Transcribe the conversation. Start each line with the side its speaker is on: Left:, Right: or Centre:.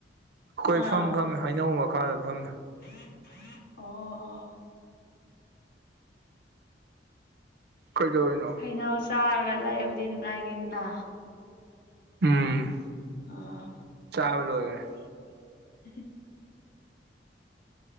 Right: ꯀꯣꯏꯐꯝ
Left: ꯑꯥ
Right: ꯐꯝꯃꯦ ꯍꯩꯅꯧ ꯃꯈꯥꯗ ꯐꯝꯃꯦ
Left: ꯑꯣ
Right: ꯀꯩꯗꯧꯔꯤꯅꯣ
Left: ꯀꯩꯅꯣ ꯆꯥꯔꯒ ꯂꯩꯕꯨꯗꯤ ꯅꯨꯡꯉꯥꯏꯅꯤꯗꯅ
Right: ꯎꯝ
Left: ꯑꯥ
Right: ꯇꯥꯕ ꯂꯣꯏꯔꯦ
Left: <unintelligible>